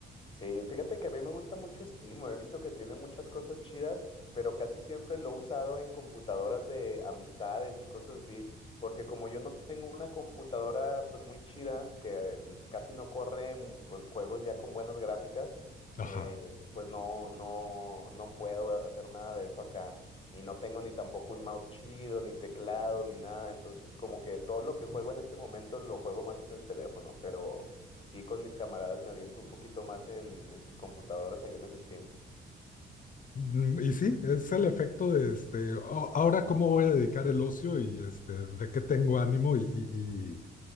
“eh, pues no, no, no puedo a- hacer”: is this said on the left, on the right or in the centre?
Left